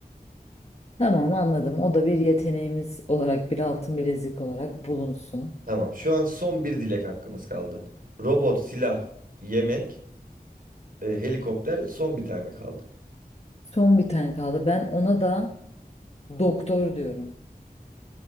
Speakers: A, on the left; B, on the right.
A: Tamam anladım. O da bir yeteneğimiz olarak, bir altın bilezik olarak bulunsun.
B: Tamam. Şu an son bir dilek hakkımız kaldı. Robot, silah, yemek, e, helikopter son bir tane kaldı.
A: Son bir tane kaldı. Ben ona da doktor diyorum.